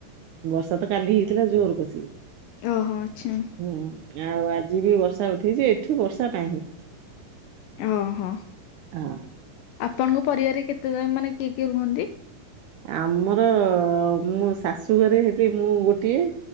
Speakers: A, on the right (about 80°); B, on the left (about 80°).
A: ବର୍ଷା ତ କାଲି ହେଇଥିଲା ଜୋରକୁ ସେଇ।
B: ଓହୋ ଆଛା
A: ହୁଁ ଆଉ ଆଜି ବି ବର୍ଷା ଉଥେଇଛି ଏଠି ବର୍ଷା ନାହିଁ।
B: ଓହୋ
A: ହଁ
B: ଆପଣଙ୍କ ପରିବାରରେ କେତେ କଣ ମାନେ କିଏ କିଏ ରୁହନ୍ତି?
A: ଆମର ମୁଁ ଶାଶୁ ଘରେ ହେଲେ ମୁଁ ଗୋଟିଏ।